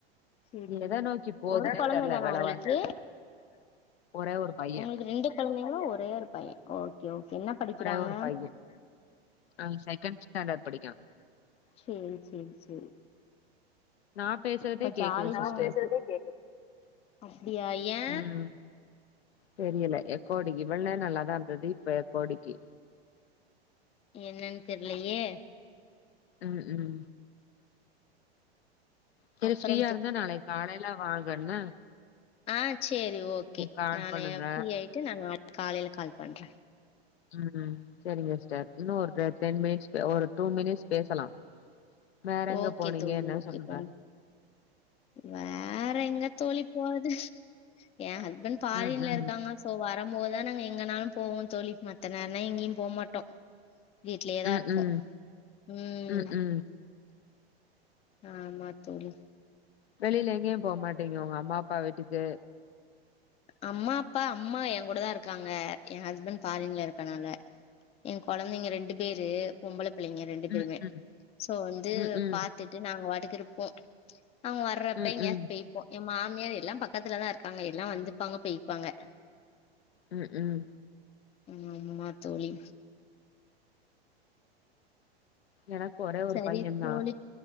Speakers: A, on the left; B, on the left.
A: சரி
B: எத நோக்கி போதுன்னே
A: ஒரு கொழந்த
B: தெர்ல
A: தானா
B: வெலவாசி
A: உங்களுக்கு
B: ஒரே ஒரு பைய
A: உங்ளுக்கு ரெண்டு கொழந்தைங்ளா ஒரே ஒரு பைய ஓக்கே ஓக் என்ன படிக்கிறாங்க
B: ஒரே ஒரு பைய அவ செகண்ட் ஸ்டாண்டர்ட் படிக்கா
A: சேரி சேரி சேரி
B: நா பேசுறதே
A: அப்ப
B: கேக்குது
A: ஜாலிதா
B: சிஸ்டர்
A: உங்ளுக் அப்டியா ஏ
B: ம் தெரியல எக்கோ அடிக்கு இவள்நேரோ நல்லாதா இருந்தது இப்ப எக்கோ அடிக்கு
A: என்னன் தெர்லயே
B: உம் உம் சேரி
A: அப்றோ
B: ஃப்ரீயா இருந்தா நாளைக் காலை ல்ல வாங்கன்ன
A: ஆஹ் சேரி ஓக்கே
B: கால்
A: நானு
B: பண்ணுங்க
A: ஃப்ரீ ஆய்ட்டு நாங்க காலைல கால் பண்ற
B: ம் உம் ம் செரிங்க ஸிஸ்டர் இன்னு ஒரு டென் மினிட்ஸ்கு ஒரு டூ மினிட்ஸ் பேசலா வேற எங்க
A: ஓகே
B: போனிங்க
A: தோழி
B: எத்னா
A: ஓகே
B: சொல்லுங்க
A: தோழி வேற எங்க தோழி போறது ஏ ஹஸ்பண்ட் ஃபாரின்ல
B: ம் ம்
A: இருக்காங்க சோ வர போதா நாங்க எங்கனாலூ போவோ தோழி மத்த நேர்னா எங்கியு போ மாட்டோ வீட்லயே தா
B: ம்
A: இருப்போ
B: ம்
A: ஊம்
B: ம் ம்
A: ஆமா தோழி
B: வெளில எங்கயு போ மாட்டிங்க உங்க அம்மா அப்பா வீட்டுக்கு
A: அம்மா அப்பா அம்மா எ கூட தா இருக்காங்க எ ஹஸ்பண்ட் ஃபாரின்ல இருக்கனால எ கொழந்தைங்க ரெண்டு பேரு பொம்பளப் பிள்ளைங்க ரெண்டு பேருமே
B: ம் ம்
A: சோ வந்து
B: ம் ம்
A: பாத்துட்டு நாங்க வாட்டுக் திருப்போ அவ்ங்க வர்றப்ப
B: ம்
A: எங்கேயாச்
B: ம்
A: பேய்ப்போ எ மாமியார் எல்லா பக்கத்ல தா இருக்காங்க எப் எல்லா வந்துப்பாங்க போய்ப்பாங்க
B: உம் உம்
A: ஆம்மா தோழி
B: எனக்கு ஒரே ஒரு
A: சரி
B: பையந் தா
A: தோழி